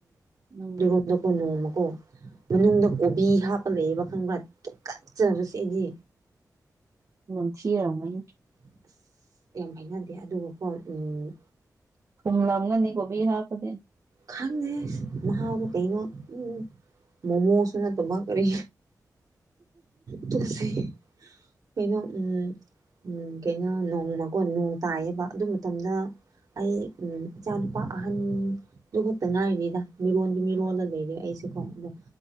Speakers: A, on the right; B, on the right.
A: ꯎꯝ
B: <unintelligible> ꯀꯣ ꯅꯣꯝꯃꯀꯣ ꯃꯅꯨꯡꯗ ꯀꯣꯕꯤ ꯍꯥꯞꯄ ꯂꯩꯌꯦꯕ ꯈꯪꯕ꯭ꯔꯥ ꯇꯨꯀꯠꯆꯕꯁꯦ ꯑꯩꯗꯤ꯫
A: ꯅꯝꯊꯤꯔꯝꯒꯅꯤ꯫
B: ꯑꯁ ꯌꯥꯝ ꯍꯥꯏꯅꯗꯦ ꯑꯗꯨꯒꯀꯣ ꯎꯝ꯫
A: ꯄꯨꯝꯂꯝꯒꯅꯤ ꯀꯣꯕꯤ ꯍꯥꯞꯄꯗꯤ꯫
B: ꯈꯪꯉꯦ ꯃꯥꯎꯕꯨ ꯀꯩꯅꯣ ꯎꯝ ꯃꯣꯃꯣꯁꯨ ꯅꯠꯇꯕ ꯀꯔꯤ꯫ ꯇꯨꯒꯠꯆꯩ ꯀꯩꯅꯣ ꯎꯝ꯫ ꯎꯝ ꯀꯩꯅꯣ ꯅꯣꯡꯃꯒꯣ ꯅꯣꯡ ꯇꯥꯏꯌꯦꯕ ꯑꯗꯨ ꯃꯇꯝꯗ꯫ ꯑꯩ ꯎꯝ ꯏꯆꯥꯅꯨꯄꯥ ꯑꯍꯟ꯫ ꯑꯗꯨ ꯈꯛꯇ ꯉꯥꯏꯔꯤꯗ ꯃꯤꯔꯣꯟꯜꯗꯤ ꯃꯤꯔꯣꯜꯗ
A: ꯎꯝ
B: ꯂꯩꯔꯦ ꯑꯩꯁꯦꯀꯣ ꯑꯗꯣ